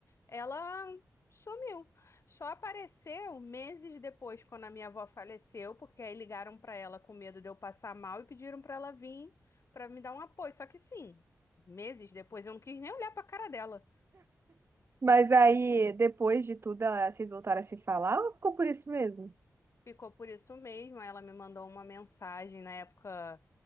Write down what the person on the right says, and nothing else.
Mas aí, depois de tudo, ah, vocês voltaram a se falar ou ficou por isso mesmo?